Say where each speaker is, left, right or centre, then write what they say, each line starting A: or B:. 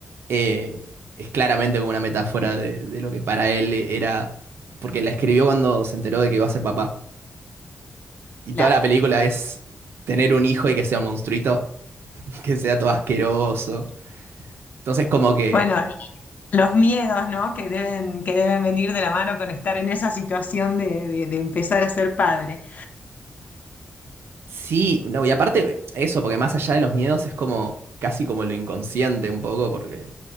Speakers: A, on the right; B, on the left.
A: eh, es claramente como una metáfora de, de lo que para él era, porque la escribió cuando se enteró de que iba a ser papá. Y
B: Claro.
A: toda la película es tener un hijo y que sea un monstruito, <laughs> que sea todo asqueroso. Entonces como que
B: Bueno, Los miedos, ¿no? Que deben, que deben venir de la mano con estar en esa situación de, de- de empezar a ser padre.
A: Sí, no, y aparte eso, porque más allá de los miedos es como casi como lo inconsciente un poco, porque